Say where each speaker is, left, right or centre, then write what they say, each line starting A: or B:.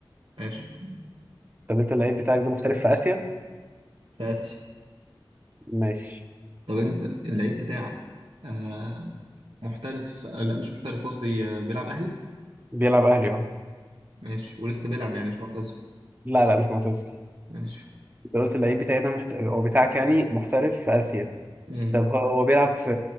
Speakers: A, on the right (about 85°); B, on the right (about 20°).
A: ماشي
B: طب انت اللعيب بتاعك ده محترف في اسيا
A: في آسيا
B: ماشي
A: طب انت اللعيب بتاعك آه محترف آه لا مش محترف قصدي آه بيلعب أهلي
B: بيلعب اهلي اه
A: ماشي ولسه بيلعب يعني مش معتزل
B: لا لا مش معتزل
A: ماشي
B: انت قلت اللعيب بتاعي ده محت... او بتاعك يعني محترف في اسيا
A: مم.
B: طب هو هو بيلعب في